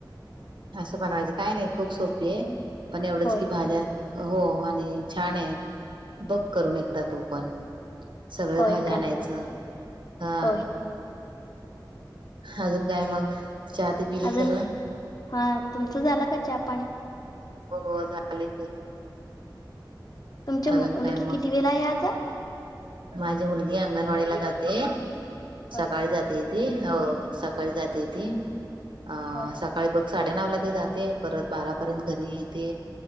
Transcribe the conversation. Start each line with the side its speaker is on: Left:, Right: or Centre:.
Right: असं बनवायचं काय नाही खूप सोपी आहे पण एवढंच
Left: होय
Right: की भाज्या हो आणि छान आहे बक करून एकदा तू पण सगळं भाज्या
Left: होय करतो
Right: आणायचं हा
Left: होय
Right: अजून काय मग चहा ते पिली
Left: अजून
Right: सगळं
Left: हा तुमचं झाला का चहा पाणी
Right: हो हो झाले क
Left: तुमच्या मुलगी
Right: अजून काय मग
Left: किती वेळा आहे आज
Right: माझी मुलगी अंगणवाडीला जाते
Left: होय
Right: सकाळी
Left: का
Right: जाते त हो सकाळी जाते ती अ
Left: होय
Right: सकाळी बघ साडेनऊ ला ते जाते परत बारापर्यंत घरी येते